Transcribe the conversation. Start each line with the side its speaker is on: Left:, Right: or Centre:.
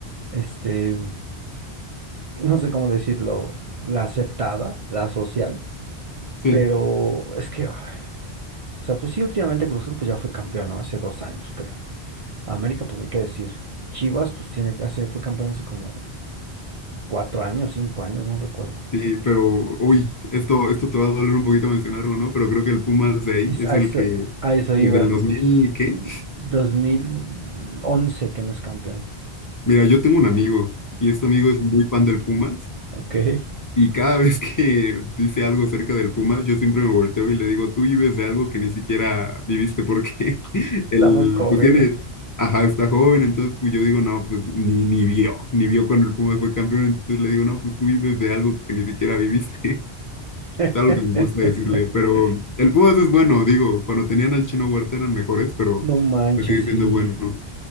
Right: este, no sé cómo decirlo, la aceptada, la social.
Left: Sí.
Right: Pero es que, ay, o sea, pues sí, últimamente Cruz Azul pues ya fue campeón, ¿no? Hace dos años, creo. América, pues ni qué decir. Chivas, pues tiene, hace, fue campeón hace como cuatro años, cinco años, no recuerdo.
Left: Sí, pero, uy, esto, esto te va a doler un poquito mencionarlo, ¿no? Pero creo que el Pumas de ahí
Right: Es-
Left: es
Right: a
Left: el
Right: eso,
Left: que
Right: a eso
Left: desde
Right: iba.
Left: el 2000 ¿qué?
Right: Mm, 2011 que no es campeón.
Left: Mira, yo tengo un amigo y este amigo es muy fan del Pumas
Right: Ok, <laughs>
Left: Y cada vez que dice algo acerca del Pumas, yo siempre me volteo y le digo, tú vives de algo que ni siquiera viviste porque <laughs> él,
Right: está muy joven.
Left: pues tiene, ajá, está joven, entonces pues yo digo, no, pues ni, ni vio, ni vio cuando el Pumas fue campeón, entonces le digo, no, pues tú vives de algo que ni siquiera viviste. <laughs>
Right: <laughs>
Left: Es algo que me gusta decirle, pero el Pumas es bueno, digo, cuando tenían al Chino Huerta eran mejores, pero
Right: No manches,
Left: pues sigue
Right: sí.
Left: siendo bueno.